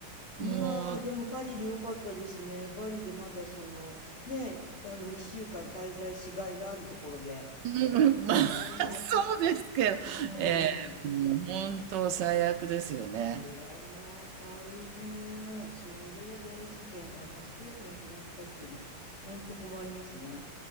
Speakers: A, on the left; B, on the right.
A: まあ、
B: も
A: でもパリでよかったですね。パリでまだその、ね、あの、一週間滞在しがいのあるところで。
B: う、うんまあ、
A: ねえ、
B: そうですけど、
A: うん。
B: えーもう本当最悪ですよね。
A: あらまあ大変。それは大事件。あ、パスポートなくなったっていうのは本当困りますね。